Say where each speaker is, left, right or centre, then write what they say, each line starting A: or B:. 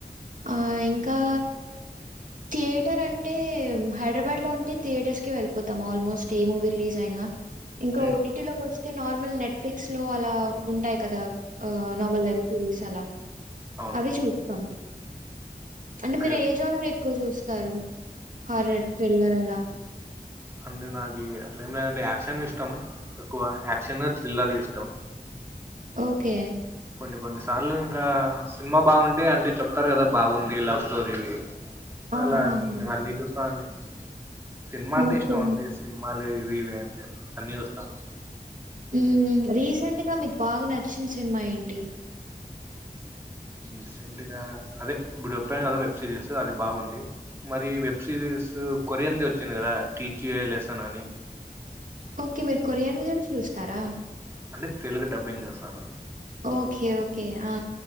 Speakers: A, on the right; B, on the right.
A: ఆ ఇంకా థియేటర్ అంటే హైదరాబాదులో ఉంటే థియేటర్స్ కీ వెళ్ళిపోతాం ఆల్మోస్ట్ ఏ మూవీ రిలీజ్ అయినా ఇంక
B: ఉమ్,
A: ఓటీటీ లోకొస్తే నార్మల్ నెట్ఫ్లిక్స్ లో అలా ఉంటాయి కదా ఆ నార్మల్ వెబ్ సిరిస్ అల
B: అవును
A: అవి చూస్త అంటే
B: ఓకే
A: మీరు
B: ఓకే
A: ఏజ్ోనర్ ఎక్కువ చూస్తారు హారర్ థ్రిల్లర్ అల
B: అంటే నాకీ అట్లా ఏం లేదండి యాక్షన్ ఇష్టం ఎక్కువ యాక్షన్ థ్రిల్లర్ ఇష్టం
A: ఓకే
B: కొన్ని కొన్ని సార్లు ఇంకా సినిమా బాగుంటే అంటే చెప్తారు కదా బాగుంది లవ్ స్టోరీ వీ అలా
A: ఆహాహా!
B: ఇంగ అన్నీ చూస్తాండి సినిమా అంటే
A: ఓకే.
B: ఇష్టం అంతే సి మాలు ఇవ్వీ ఇవ్వీ ఏం లేవ్ అన్ని చూస్తాను
A: ఊ రీసెంట్ గా మీకు బాగా నచ్చిన సినిమా ఏంటి
B: రీసెంట్ గా అదే ఇప్పుడు చెప్పా కదా వెబ్ సిరీస్ అది బాగుంది మరి వెబ్ సిరీస్ కొరియన్ది వోచ్చింది కదా టీచ్ ఏ లెసన్ అని
A: ఓకే మీరు కొరియన్ వీ కూడ చూస్తారా
B: అంటే తెలుగు డబ్బింగ్ చూస్తాను
A: ఓకే ఓకే ఆ